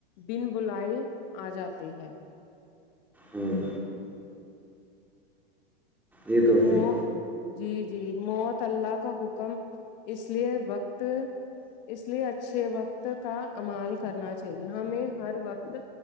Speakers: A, on the left; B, in the centre.
A: دن بلائے آ جاتی ہے
B: ہوں یہ تو ہے
A: موت
B: ہی۔
A: جی جی موت اللہ کا حکم اس لیے وقت اس لیے اچھے وقت کا امال کرنا چاہیے ہمیں ہر وقت